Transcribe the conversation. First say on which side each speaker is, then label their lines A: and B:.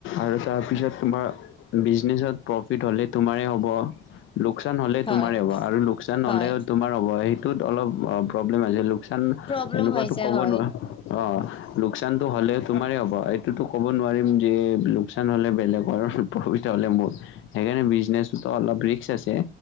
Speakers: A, on the left; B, on the left.
A: আৰু তাৰপিছত তোমাৰ বিজনেছত প্ৰফিট হ'লে তোমাৰে হ'ব। লোকচান হ'লে
B: হয়
A: তোমাৰে হ'ব আৰু লোকচান
B: হয়
A: হ'লে তোমাৰ হ'ব, সেইটোত অলপ প্ৰব্লেম আছে। চান
B: প্ৰব্লেম
A: এনেকুৱাতো
B: হৈ যায়
A: ক'ব
B: হয়
A: নোৱাৰো অঁ, লোকচানটো হ'লে তোমাৰেই হ'ব, এইটোতো ক'ব নোৱাৰিম যে লোকচান হ'লে বেলেগৰ প্ৰফ হ'লে মোৰ। সেইকাৰণে বিজনেটো ত' অলপ ৰিক্স আছে।